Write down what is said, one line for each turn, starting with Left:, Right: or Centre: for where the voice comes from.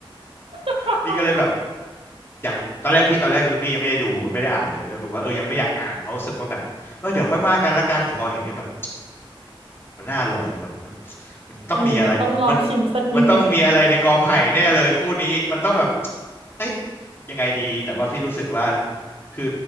Right: <laughs>
Left: <laughs> นี่ก็เลยแบบ อยากตอนแรกพี่ตอนแรกคือพี่ยังไม่ได้ดูไม่ได้อ่านเลยแล้วผมว่าเออยังไม่อยากอ่านเพราะรู้สึกว่าแบบเออเดี๋ยวค่อยว่ากันละกันแต่พอเห็นนี่แบบมันน่าอร่อยดีว่ะมันมันต้องมีอะไรมัน
Right: เออมันต้องลองชิมสักนิดหนึ่ง
Left: มันต้องมีอะไรในกอไผ่แน่เลยคู่นี้มันต้องแบบเอ้ยยังไงดีแต่ว่าพี่รู้สึกว่าคือ